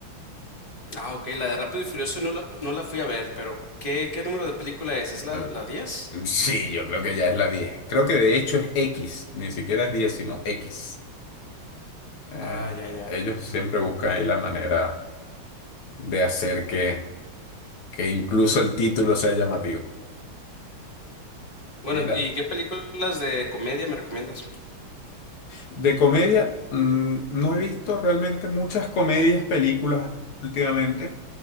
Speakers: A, on the left; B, on the left.
A: Ah, ok, la de Rápido y Furioso no la, no la fui a ver, pero ¿qué, qué número de película es? ¿Es la,
B: Ah,
A: la diez.
B: mm, <laughs> Sí, yo creo que ya es la diez. Creo que de hecho es X, ni siquiera es 10, sino X. Eh,
A: Ah, ya, ya.
B: ellos siempre buscan ahí la manera de hacer que, que incluso el título sea llamativo.
A: Bueno,
B: Mira,
A: ¿y qué películas de comedia me recomiendas?
B: de comedia, mm, no he visto realmente muchas comedias, películas últimamente.